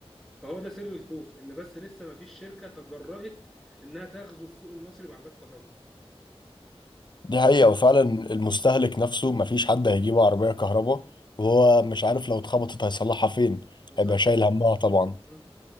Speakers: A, in the centre; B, on the left.
A: فهو ده سر الخوف ان بس لسه ما فيش شركه تجرأت انها تغزو السوق المصري بعربيات كهرباء
B: دي حقيقة وفعلا المستهلك نفسه مفيش حد هيجيب عربية كهرباء وهو مش عارف لو اتخبطت هيصلحها فين
A: بالظبط
B: هيبقى شايل همها طبعا
A: مم.